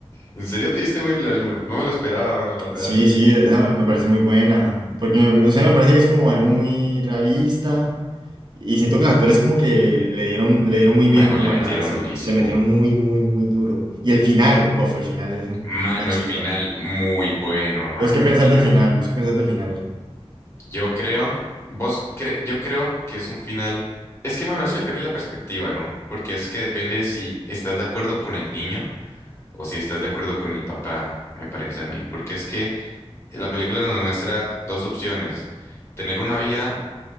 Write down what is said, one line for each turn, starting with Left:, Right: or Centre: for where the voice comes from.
Left: ¿En serio te diste Whiplash? No no me lo esperaba, mano, la real.
Right: Sí, sí, esa me parece muy buena. Porque, o sea, me parece que es como algo muy realista Y siento que los actores como que le dieron, le dieron muy
Left: Mano,
Right: bien, como
Left: le metieron
Right: a las...
Left: durísimo.
Right: Le metieron muy, muy, muy duro. Y el final, bof, el final es
Left: Mano,
Right: una chimba.
Left: el final, muy bueno, mano,
Right: ¿Vos qué pensás
Left: el final.
Right: del final? ¿Vos qué pensás del final?
Left: Yo creo, vos cre- yo creo que es un final. Es que, mano, eso depende de la perspectiva, ¿no? Porque es que depende si estás de acuerdo con el niño o si estás de acuerdo con el papá, me parece a mí. Porque es que la película nos muestra dos opciones. Tener una vida.